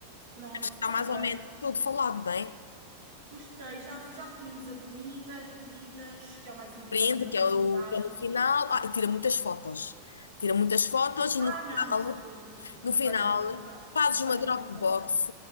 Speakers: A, on the right (about 60°); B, on the left (about 70°).
A: Pronto,
B: está
A: está
B: mais
A: bem.
B: ou menos tudo falado, não é?
A: Gostei, já, já cobrimos a comida, as bebidas, que é o mais importante
B: brinde,
A: na
B: que
A: realidade.
B: é o, que é no final. Ah, e tira muitas fotos. Tira muitas fotos e
A: Ah,
B: no final,
A: não, isso, isso
B: no final
A: vais-me pedir para parar.
B: fazes
A: Isso
B: uma
A: vais-me
B: Dropbox
A: pedir para parar.